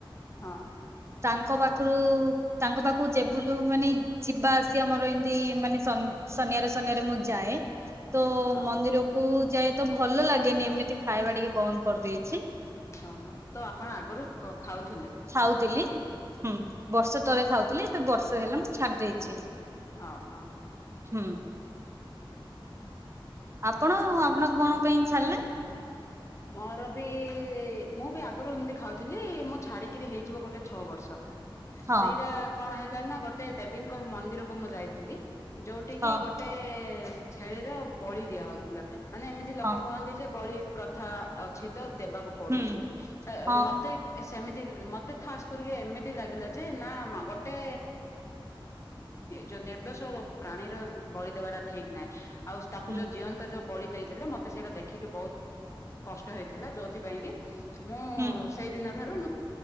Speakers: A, on the left; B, on the right.
A: ହଁ!
B: ତାଙ୍କ ପାଖ୍ରୁ ତାଙ୍କ ପା--କୁ ଯେ---ଠୁ ମାନେ, ଯିବା ଆସିବା ମର ଏ--ତି ମାନେ ଶନିଆ ରେ ଶନିଆ ରେ ମୁଁ ଯାଏ। ତୋ
A: ହଁ।
B: ମନ୍ଦିର କୁ ଯାଏ ତ ଭଲ ଲାଗେନି, ଏମିତି ଖାଇବା ଟିକେ ବନ୍ଦ୍ କର୍ ଦେଇଚି।
A: ହଁ ହଁ, ତ ଆପଣ ଆଗରୁ ଖାଉ ଥୁଲେ।
B: ଖାଉଥିଲି ହୁଁ ବର୍ଷ ତଳେ ଖାଉଥିଲି, ବର୍ଷ ହେଲା ମୁଁ ଛାଡ୍‌ ଦେଇଚି।
A: <inaudible>
B: ହୁଁ। ଆପଣ ଆପଣ କ'ଣ ପାଇଁ ଛାଡ୍‌ଲେ?
A: ମର ବି ମୁଁ ବି ଆଗରୁ ଏମ୍ତି ଖାଉଥିଲି, ମୁଁ ଛାଡ଼ି କିରି ହେଇଯିବ, ଗୋଟେ ଛଅ ବର୍ଷ।
B: ହଁ
A: ସେଇଟା କ'ଣ ହେଲା ନା, ଗୋଟେ ଦେବୀଙ୍କ ମନ୍ଦିରକୁ ମୁଁ ଯାଇଥିଲି। ଯଉଠିକିି
B: ହଁ
A: ଗୋଟେ ଛେଳିର ବଳି ଦିଆ ହଉଥିଲା। ମାନେ ଏମିତି ଲୋକ
B: ହଁ
A: କୁହନ୍ତି ଯେ, ବଳି ପ୍ରଥା ଅଛି ତ ଦେବାକୁ ପଡୁଚି
B: ହୁଁ
A: ବଲି।
B: ହଁ
A: ମତେ ସେମିତି ମତେ ଖାସ୍‌ କରିକି, ଏମିତି ଲାଗିଲା ଯେ। ନା ଗୋଟେ ଯଉ ନିର୍ଦ୍ଦୋଷ ପ୍ରାଣୀର ବଳି ଦେବାଟା ଠିକ୍ ନାହଁ। ଆଉ ତାକୁ
B: ହୁଁ
A: ଯଉ ଜିଅନ୍ତା ଉ ବଳି ଦେଇ ଦେଲେ, ମତେ ସେଇଟା ଦେଖିକି। ବଉ କଷ୍ଟ ହେଇଥିଲା। ଯଉଥି ପାଇଁ କି ମୁଁ
B: ହୁଁ
A: ସେଇ ଦିନ ଠାରୁ